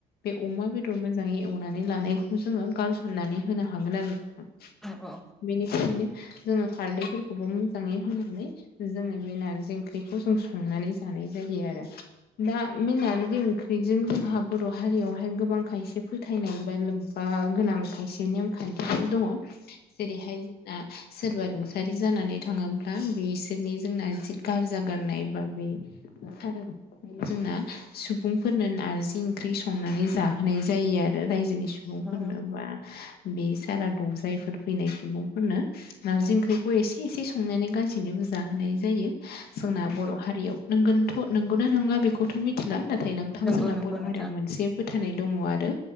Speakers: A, on the left (about 65°); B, in the centre.
A: बे अमा बेदर मोजाङै एवनानै लानायखौ जोङो गारसननानै होनो हागोन आरो नोंथां।
B: अ अ।
A: बेनिखायनो जोङो खारदैफोरखौबो मोजाङै होनानै जोङो बे नारजि ओख्रिखौ जों संनानै जानाय जायो आरो दा बे नारजि ओंख्रिजों जोंहा बर' हारियावहाय गोबां खायसे फोथायनाय बा लोब्बा गोनां खायसे नेमखान्थिफोर दङ। जेरैहाय जोंना सोरबा रुंसारि जानानै थाङोब्ला बिसोरनि जोंना जि गारजा गारनाय बा बे थारनाय जोंना सुबुंफोरनो नारजि ओंख्रि संनानै जाहोनाय जायो आरो। रो रायजोनि सुबुंफोरनो
B: अ
A: बा बे सारादु जायफोर फैनाय सुबुंफोरनो नारजि ओंख्रिखौ एसे एसे संनानै गासैनोबो जाहोनाय जायो। जोंना
B: अ
A: बर' हारियाव नोंगोनथ' नंगौना नंला बेखौथ' मिथिला नाथ थाय नोंथां
B: नंगौ
A: जोंना
B: नंगौ
A: बर'
B: नोंथां
A: हारियाव मोनसे फोथ थायनाय दङ आरो